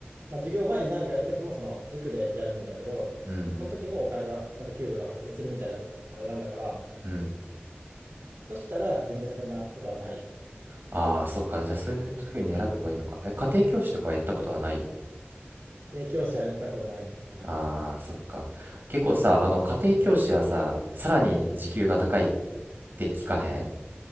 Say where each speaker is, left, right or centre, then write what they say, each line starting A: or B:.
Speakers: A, on the right; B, on the right.
A: まあ、授業前に何かやるときも、その塾でやるんだけど、
B: うん、
A: その時もお金が、ちゃんと給料が発生するみたいなところを選んだから、
B: うん。
A: そしたら全然そんなことはないよ。
B: ああ、そっか。じゃあそういうふうに選べばいいのか。え、家庭教師とかはやったことはない
A: 家庭教師はやったことないな。
B: ああ、そっか。結構さ、あの、家庭教師はさ、さらに時給が高いって聞かへん